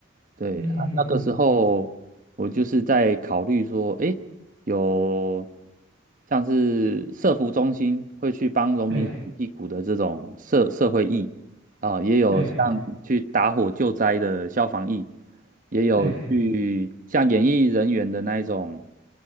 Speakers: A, on the right (about 40°); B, on the right (about 60°).
A: 对，
B: 嗯嗯嗯嗯，
A: 啊那个时候我就是在考虑说，哎，有像是社福中心会去帮农民洗屁股的这种社社会义啊，
B: 对
A: 也有像去打火救灾的消防义。
B: 对，哎，
A: 也有去像演艺人员的那一种，
B: 对，哎，